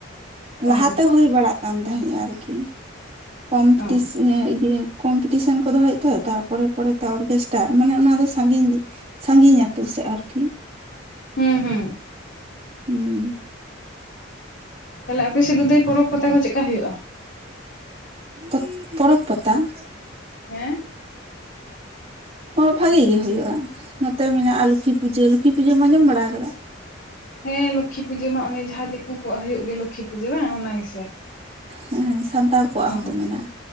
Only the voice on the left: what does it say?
ᱚ
ᱚ
ᱦᱩᱸ ᱦᱩᱸ ᱾
ᱛᱟᱦᱞᱮ ᱟᱯᱮ ᱥᱮᱫ ᱫᱚ ᱫᱟᱹᱭ ᱯᱚᱨᱚᱵᱽ ᱯᱟᱛᱟ ᱠᱚ ᱪᱮᱫᱠᱟ ᱦᱩᱭᱩᱜᱼᱟ?
ᱦᱮᱸ ᱾
ᱦᱮᱸ ᱞᱚᱠᱷᱤ ᱯᱩᱡᱟᱹ ᱢᱟ ᱚᱱᱮ ᱡᱟᱦᱟ ᱫᱤᱠᱩ ᱠᱚᱣᱟᱜ ᱦᱩᱭᱩᱜ ᱜᱮᱭᱟ ᱞᱚᱠᱠᱷᱤ ᱯᱩᱡᱟᱹ ᱢᱟ ᱚᱱᱟᱜᱮ ᱾
ᱚ